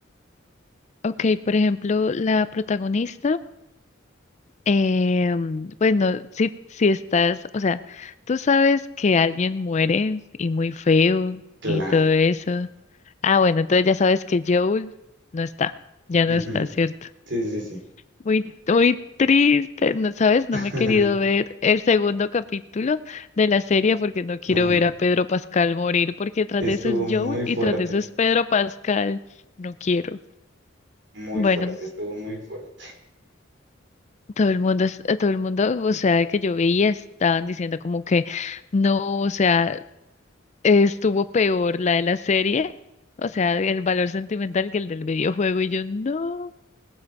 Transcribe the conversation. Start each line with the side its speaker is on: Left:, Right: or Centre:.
Left: Ok, por ejemplo, la protagonista, eh, pues no, si, si estás, o sea, tú sabes que alguien muere y muy feo
Right: Claro.
Left: y todo eso. Ah, bueno, entonces ya sabes que Joel no está, ya
Right: Ujú.
Left: no está, ¿cierto?
Right: Sí, sí, sí.
Left: Muy, muy triste, no, ¿sabes? No
Right: <laughs>
Left: me he querido ver el segundo capítulo de la serie porque no quiero
Right: Mm,
Left: ver a Pedro Pascal morir, porque tras
Right: Estuvo
Left: de eso es
Right: muy
Left: Joel
Right: fuerte,
Left: y tras de eso es Pedro Pascal. No quiero.
Right: muy
Left: Bueno,
Right: fuerte, estuvo muy fuerte.
Left: todo el mundo, es- eh, todo el mundo, o sea, que yo veía estaban diciendo como que no, o sea, estuvo peor la de la serie, o sea, el valor sentimental que el del videojuego y yo no.